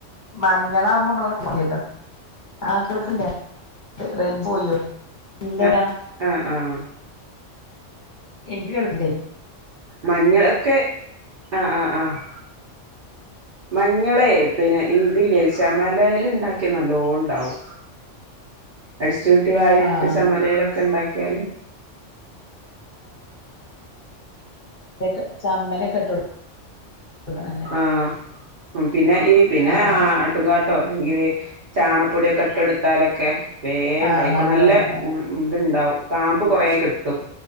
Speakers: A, on the left; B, on the right.
A: മഞ്ഞളാകുമ്പോ മ്മള <unintelligible> ആഹ് കേൾക്കില്ലേ റെയ്‌ഞ്ച് പോയോ? ഇല്ലടാ
B: ആ ആഹ് ആഹ്
A: എനിക്ക് കേൾക്ക്ണ്ടേ
B: മഞ്ഞൾക്ക് ആഹ് ആഹ് ആഹ് മഞ്ഞളേ പിന്നെ ഇതില്ലേ ചമലേൽ ഇണ്ടാക്കിയ നല്ലോണ്ടാവും അടിച്ച് ച്ചൂട്ടി വാരിട്ട്
A: ആഹ്
B: ചമലയിലെ ലൊക്കെണ്ടാക്കിയാല്
A: ലെക്കെ ചമ്മലൊക്കെ ഇട്ട് കൊട് കൊടുക്കണല്ലേ
B: ആ ഉം പിന്നെ ഈ പിന്നെ
A: ആഹ്
B: ആ ആട്ടുകാട്ടോ അല്ലെങ്കില് ചാണപ്പൊടിക്കെ ഇട്ട് കൊട്ത്താലൊക്കെ വേണ്ടായിക്കൊളും
A: ആഹ് നല്ലോണം
B: നല്ല
A: ഉണ്ടാവും
B: ഉൾ ത്ണ്ടാവും കാമ്പ് കൊറെ കിട്ടും